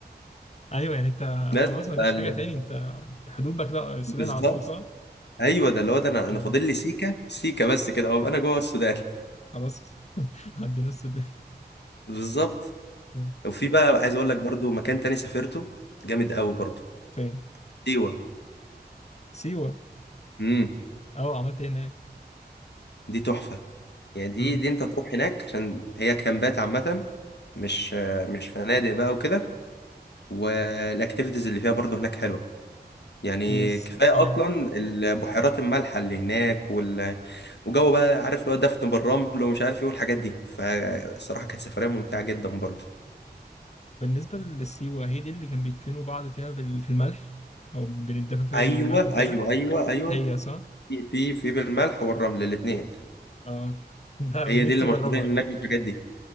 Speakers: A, on the left (about 40°); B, on the left (about 80°).
A: ايوه يعني انت
B: بس
A: خلاص مفيش
B: فال-
A: حاجة تاني انت حدود بقى كده السودان
B: بالظبط
A: على طول صح؟
B: ايوه ده اللي هو ده انا
A: اه
B: انا فاضل لي سيكه سيكه بس كده وابقى انا جوه السودان <laughs>
A: خلاص <laughs> عدينا السودان
B: بالظبط
A: آه.
B: وفي بقى
A: آه.
B: عايز اقول لك برضو مكان تاني سافرته جامد قوي برضو
A: فين؟
B: سيوه
A: سيوة
B: امم
A: اه عملت ايه هناك؟
B: دي تحفه يعني دي
A: اه
B: دي انت تروح هناك عشان هي كامبات عامه مش مش فنادق بقى وكده والاكتيفيتيز اللي فيها برضو هناك حلوه يعني
A: هي س...
B: كفاية
A: اه
B: أصلا البحيرات المالحة اللي هناك وال... وجو بقى عارف اللي هو دفن بالرمل ومش عارف إيه والحاجات دي فالصراحة كانت سفرية ممتعة جدا برضه
A: بالنسبة للسيوة هي دي اللي كان بيدفنوا بعض فيها بال- في الملح أو بنتدفن فيها
B: أيوه
A: بالملح وكده
B: أيوه أيوه أيوه
A: هي صح؟
B: في في في بالملح والرمل الاتنين
A: اه <laughs> ده
B: هي
A: نفسي
B: دي اللي مشهورين
A: أجربها دي
B: هناك بالحاجات دي